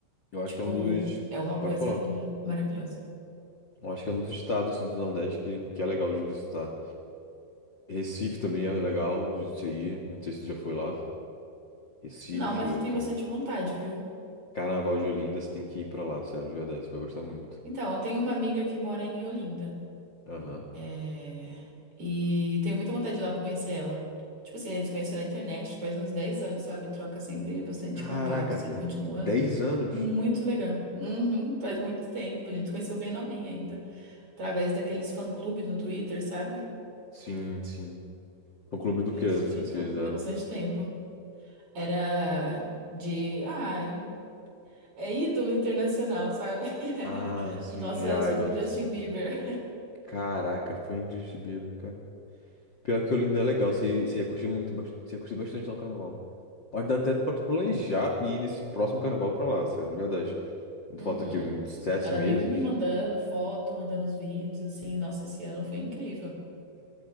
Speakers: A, on the left; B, on the right.
A: eu acho
B: Tipo,
A: que é um dos,
B: é uma
A: pode
B: coisa
A: falar.
B: li- maravilhosa.
A: Eu acho que é um dos estados assim do Nordeste que, que é legal de visitar. Recife também é legal de ir. Não sei se tu já foi lá. Recife,
B: Não, mas eu tenho
A: Car-
B: bastante vontade, viu?
A: Carnaval de Olinda, você tem que ir pra lá, sério, de verdade, você vai gostar muito.
B: Então, eu tenho uma amiga que mora em Olinda.
A: Aham.
B: É, E tenho muita vontade de ir lá pra conhecer ela. Tipo assim, a gente se conheceu na internet tipo, faz uns 10 anos, sabe? Troca sempre bastante
A: Caraca,
B: contato, assim, continua
A: dez anos?
B: muito legal. Uhum, faz muito tempo. A gente se conheceu bem novinha ainda. através daqueles fã-clube no Twitter, sabe?
A: Sim, sim. No clube do
B: Que
A: quê,
B: a gente tinha,
A: assim,
B: então
A: vocês eram?
B: faz bastante tempo. Era de. Ai, é ídolo internacional, sabe? <laughs>
A: Ah, sim,
B: O nosso
A: de
B: era
A: Idol,
B: sobre o Justin
A: sim.
B: Bieber.
A: Caraca, foi indescritível, Pior que Olinda é legal, se, se ia curtir muito, bas- se ia curtir bastante lá o carnaval. Pode dar até pra tu planejar ir nesse próximo carnaval pra lá, sério, de verdade.
B: Uhum.
A: Falta aqui uns sete
B: Ela
A: meses,
B: vive me mandando foto, mandando os vídeos, assim. Nossa, esse ano foi incrível.